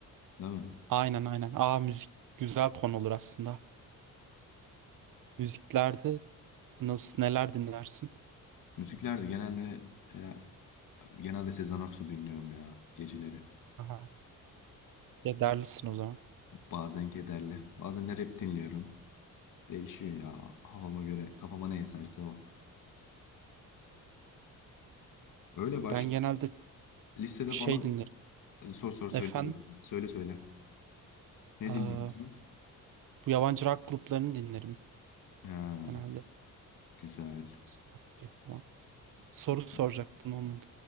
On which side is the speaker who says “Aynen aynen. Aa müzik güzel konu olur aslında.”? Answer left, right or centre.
Right